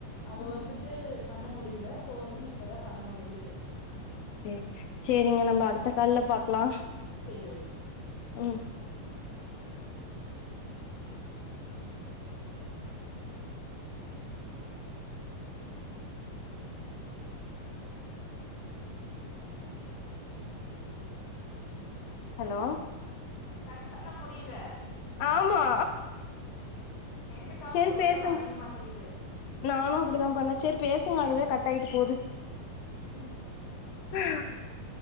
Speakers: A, on the left (about 60°); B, on the left (about 75°).
A: அப்ப
B: ம்
A: வந்துட்டு பண்ண முடியுலே சோ வந்து இப்பதா பண்ண முடிஞ்சுது
B: செரி செரிங்க நம்ம அடுத்த கால்ல பாக்கலா
A: சேரி ஓகே
B: ம் ஹலோ
A: கட் பண்ண முடியுல
B: ஆமா
A: எண்டு கால்
B: சேரி
A: குடுக்குற
B: பேசுங்க
A: வரவே மாட்டிங்குது
B: நானு அப்புடிதா பண்ணே சேரி பேசுங்க அதுவே கட் ஆயிட்டு போது
A: செரி
B: <unintelligible>